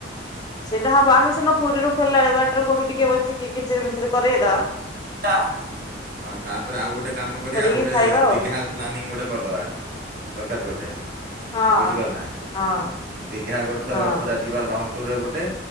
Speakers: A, on the left; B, on the right.
A: ସେଇଟା ହବ ଆମେ ସିନା ପୁରୀରୁ ଫେରିଲାବେଳେ ବାଟରେ କୋଉଠି ଟିକେ ବସିକି କିଚିରି ମିଚିରି କରେଇଦବା।
B: ପା ହଁ ତାପରେ ଆଉ ଗୋଟେ କାମ କରିବା
A: କରିକି
B: ଆଉ ଗୋଟେ
A: ଖାଇବା ଆଉ
B: ଦିଘା ପ୍ଲାନିଂ ଗୋଟେ କରିଦବା ଦରକାର ପଡ଼ିଲେ।
A: ହଁ
B: ବୁଝିପାରିଲୁ ନା
A: ହଁ
B: ଦିଘା ଗୋଟେ ଥର
A: ହଁ
B: ପୁରା ଯିବା ଲଙ୍ଗ୍ ଟୁୁରରେ ଗୋଟେ